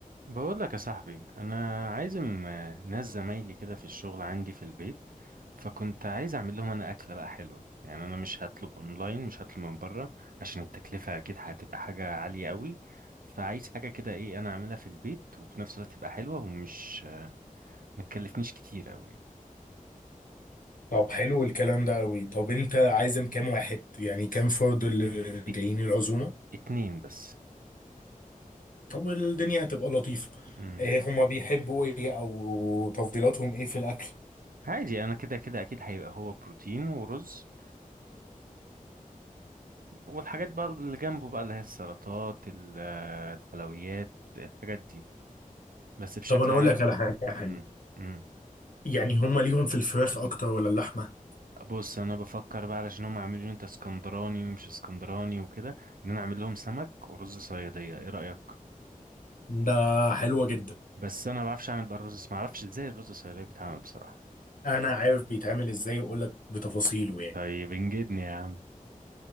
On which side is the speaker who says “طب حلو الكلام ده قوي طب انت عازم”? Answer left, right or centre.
Left